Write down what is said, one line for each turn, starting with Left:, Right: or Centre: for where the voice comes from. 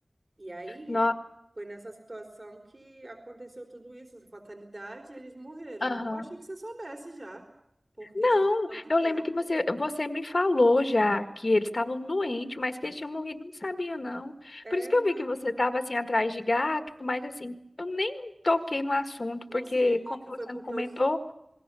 Right: E aí,
Left: Nossa.
Right: foi nessa situação que aconteceu tudo isso, essa fatalidade, e eles morreram.
Left: Aham.
Right: Eu achei que você soubesse já, porque
Left: Não,
Right: já tem tanto
Left: eu
Right: tempo.
Left: lembro que você, você me falou já que eles estavam doentes, mas que eles tinham morrido, não sabia, não.
Right: É,
Left: Por isso que
Right: não,
Left: eu vi que você
Right: já...
Left: estava assim atrás de gato, mas assim, eu nem toquei no assunto,
Right: não
Left: porque
Right: se ligou
Left: como
Right: que
Left: você
Right: foi porque
Left: não comentou,
Right: os...